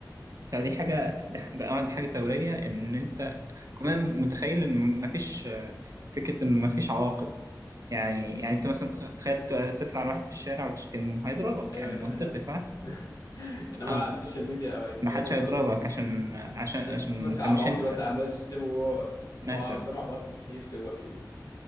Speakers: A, on the right; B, on the left.
A: فدي حاجة
B: <laughs>
A: ده ده اه دي حاجة ثورية إن أنت كمان متخيل إن مفيش آه، فكرة إن مفيش عواقب يعني يعني أنت مثلا تخ- تخيل ت- تطلع لواحد في الشارع وتشتمه هيضربك
B: ايوه
A: يعني
B: ن-
A: منطقي
B: ناس
A: صح؟
B: <laughs> انما
A: آه
B: على السوشيال ميديا أو يعني
A: محدش
B: مش عارف يوصل
A: هيضربك
B: لها
A: عشان عشان
B: ناس
A: عشان
B: ماسكه
A: أنت
B: عبعاطي
A: مش أنت
B: مثلا عماله تشتمه وهو
A: مثلا
B: وهو قدام عبعاطي مستحيل يشتمه اكيد